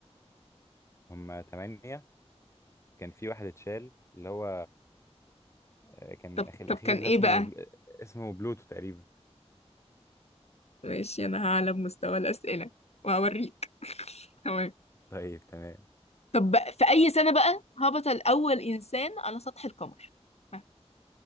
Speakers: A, on the left; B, on the left.
A: هما تمانية وكان في واحد اتشال اللي هو آه، كان
B: طب
A: اخي الاخير
B: طب كان إيه
A: ده اسمه
B: بقى؟
A: بل... اسمه بلوتو تقريبا
B: ماشي انا هعلى بمستوى الاسئله وهوريك <laughs> تمام
A: طيب تمام
B: طب بقى- في أي سنة بقى هبط الأول إنسان على سطح القمر؟ ها،